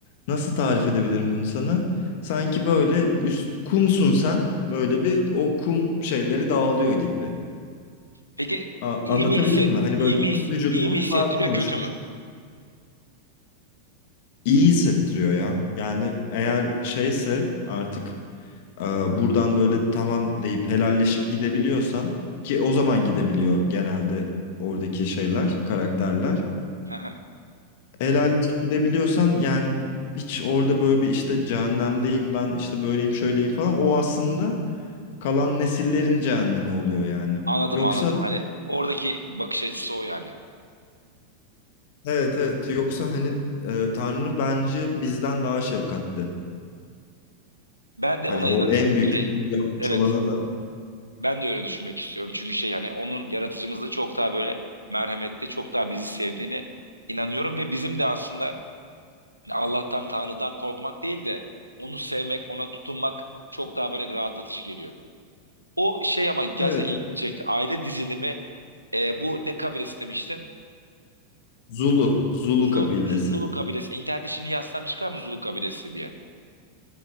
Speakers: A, on the left; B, on the right.
A: nasıl tarif edebilirim bunu sana? Sanki böyle üst kumsun sen. Böyle bir o kum şeyleri dağılıyor gibi.
B: Peki
A: A-
B: iyi
A: anlatabildim
B: mi hisset,
A: mi? Hani böyle
B: iyi mi,
A: bütün
B: his-
A: vücudun
B: iyi
A: kumlardan
B: mi hissettiriyor,
A: oluşuyor.
B: kötü mü?
A: İyi hissettiriyor ya. Yani eğer şeyse artık Ee, buradan böyle tamam deyip helalleşip gidebiliyorsan ki o zaman gidebiliyor genelde oradaki şeyler, karakterler.
B: <laughs>
A: Helalleşip gidebiliyorsan yani hiç orada böyle bir işte cehennemdeyim ben işte böyleyim şöyleyim falan o aslında kalan nesillerin cehennemi oluyor yani.
B: Anladım
A: Yoksa
B: anladım. Hani oradaki bakış açısı o yani.
A: evet evet yoksa hani e, Tanrı bence bizden daha şefkatli.
B: Ben de
A: Hani
B: ona
A: o
B: inanıyorum.
A: en büyük
B: O Şey,
A: kötülüğü yapmış
B: evet.
A: olana da
B: Ben de öyle düşünmek istiyorum. Çünkü şey yani onun yaratıcımızın çok daha böyle merhametli, çok daha bizi sevdiğini inanıyorum ve bizim de aslında yani Allah'tan, Tanrı'dan korkmak değil de onu sevmek, ona tutunmak çok daha böyle rahatlatıcı geliyor. O şey ama gerçekten
A: evet
B: ilgimi çekti. Aile dizilimi e, bu ne kabilesi demiştin?
A: Zulu, Zulu
B: Zulu,
A: kabilesi.
B: Zu- Zulu kabilesi. İnternette şimdi yazsam çıkar mı Zulu kabilesi diye?